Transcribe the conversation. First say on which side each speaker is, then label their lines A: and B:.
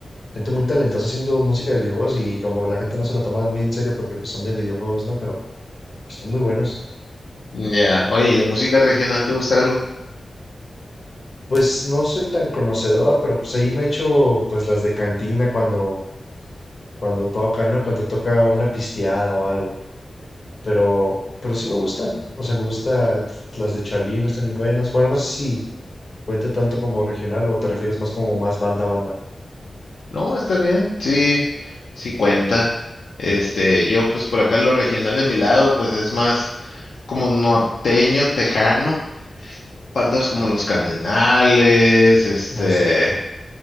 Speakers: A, on the left (about 50°); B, on the left (about 80°).
A: gente muy talentosa haciendo música de videojuegos y como la gente no se lo toma muy en serio porque pues son de videojuegos, ¿no? Pero pues, están muy buenos.
B: Ya, Oye, ¿y de música regional te gusta algo?
A: Pues no soy tan conocedor, pero pues ahí me echo pues las de cantina cuando, cuando toca, ¿no? Cuando toca una pisteada o algo. pero, pero sí me gustan. O sea, me gusta las de Chalino, están bien buenas. Bueno, no sé si cuente tanto como regional o te refieres más como más banda a banda.
B: No, está bien, sí, sí cuenta. Este, yo pues por acá lo regional de mi lado, pues es más como norteño, tejano, bandas como los Cardenales, este.
A: Ah, sí, sí.